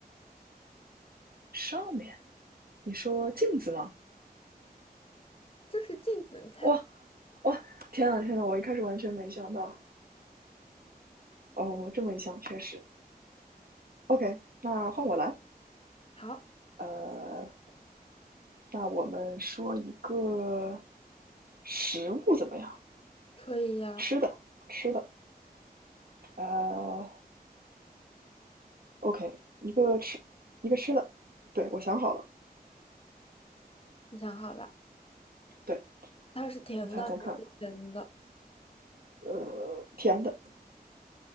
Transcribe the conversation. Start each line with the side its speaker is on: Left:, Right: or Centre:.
Right: 上面。你说镜子吗？
Left: 这是镜子，你猜
Right: 哇，哇，天呐天呐，我一开始完全没想到哦，这么一想，确实。OK，那换我来。
Left: 好，
Right: 呃，那我们说一个食物怎么样？
Left: 可以呀、
Right: 吃的，吃的。呃，OK，一个吃，一个吃的。对，我想好了。
Left: 你想好了，
Right: 对，
Left: 它是甜的还是咸的？
Right: 你猜猜看。呃，甜的，